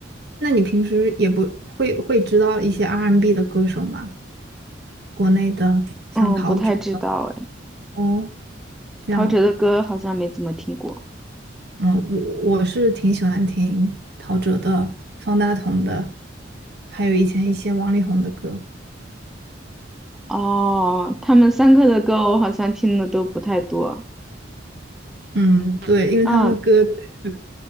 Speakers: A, on the right (about 55°); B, in the centre.
A: 那你平时也不会会知道一些 R&B 的歌手吗？国内的，像陶喆的
B: 嗯，不太知道哎，
A: 哦，这样，
B: 陶喆的歌好像没怎么听过。
A: 嗯，我我是挺喜欢听陶喆的、方大同的，还有以前一些王力宏的歌，
B: 哦，他们三个的歌我好像听的都不太多。
A: 嗯，对，因为他们的歌就是
B: 嗯，